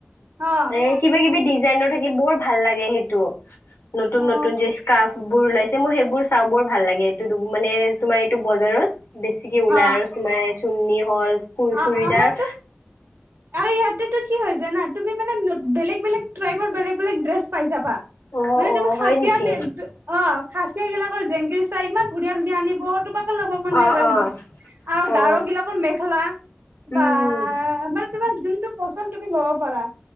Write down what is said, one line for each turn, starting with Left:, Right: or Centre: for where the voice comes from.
Right: অ
Left: এ কিবা কিবি ডিজাইনৰ থাকে বৰ ভাল লাগে সেইটো। নতুন
Right: অ
Left: নতুন যে স্কাৰ্ফবোৰ ওলাইছে, মই সেইবোৰ চাওঁ বৰ ভাল লাগে এইটোত মানে তোমাৰ টো বজাৰত বেছিকে ওলাই
Right: অ
Left: আৰু তোমাৰ চুন্নি হ'ল কোৰি
Right: অ
Left: চুৰিদাৰ
Right: আমাৰতো আৰু ইয়াতেটো কি হয় জানা, তুমি মানে নত বেলেগ বেলেগ ট্ৰাই বেলেগ বেলেগ ড্ৰেছ পাই যাবা।
Left: অ
Right: মানে
Left: অ
Right: তুমি খাচিয়াৰ
Left: হয় নেকি
Right: দে দো অ', খাচিয়া গিলাকৰ জেংগীৰ চাহ ইমান ধুনিয়া ধুনীয়া আনিব তোমাকে ল'ব মন
Left: অ
Right: যাব একদম
Left: অ
Right: আৰু
Left: অ
Right: গাৰ গিলাকৰ মেখেলা।
Left: উম
Right: বা,
Left: উম
Right: মানে তোমাৰ যোনটো পচন্দ তুমি ল'ব পাৰা।